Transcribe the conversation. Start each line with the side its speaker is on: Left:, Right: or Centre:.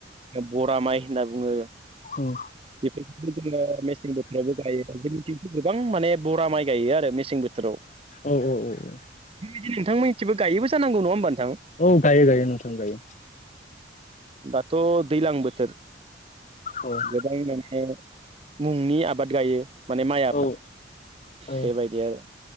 Right: बरा माइ होनना बुङो
Left: उम
Right: बेफोरखौनो जोङो मेसें बोथो थोरावबो गायो जोंनिथि गोबां माने बरा माइ गायो आरो मेसें बोथोराव
Left: औ औ औ
Right: नोंथांमोननिथिबो गायोबो जानांग नङा होमबा नों
Left: औ गायो गायो नोंथां गायो
Right: दाथ' दैज्लां बोथोर
Left: औ
Right: गोबां माने मुंनि आबाद गायो माने माइ आबाद
Left: औ औ
Right: बेबायदि आरो